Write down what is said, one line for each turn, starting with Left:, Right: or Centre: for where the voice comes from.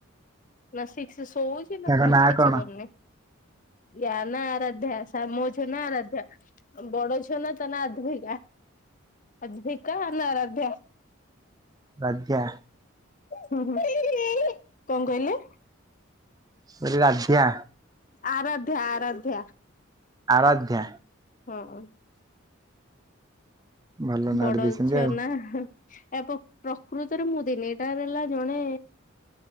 Left: ନା ଶିକ ଶଉଛି ନା
Right: ତାଙ୍କ
Left: ଖାଉଛି
Right: ନାଁ
Left: କିଛି
Right: କଣ?
Left: କରୁନି। ୟାନ ଆରାଧ୍ୟା ସ ମୋ ଝିଅ ନା ଆରାଧ୍ୟ ବଡ ଝିଅ ନା ଆଧଗ ଆଧିରିକା ନା ଆରାଧ୍ୟା?
Right: ଆରାଧ୍ୟା।
Left: ହୁଁ ହୁଁ କଣ କହିଲେ?
Right: ମୁଁ କହିଲି ରାଧ୍ୟା।
Left: ଆରାଧ୍ୟ ଆରାଧ୍ୟା।
Right: ଆରାଧ୍ୟା।
Left: ହଁ।
Right: ଭଲ
Left: ବଡଲ
Right: ନାଁଟେ ଦେଇଛନ୍ତି
Left: ଝିଅ
Right: ଆଉ
Left: ନା ଏ ପ୍ରକୃତରେ ମୁଁ ଦି ତିନିଟା ହେଲା ଜଣେ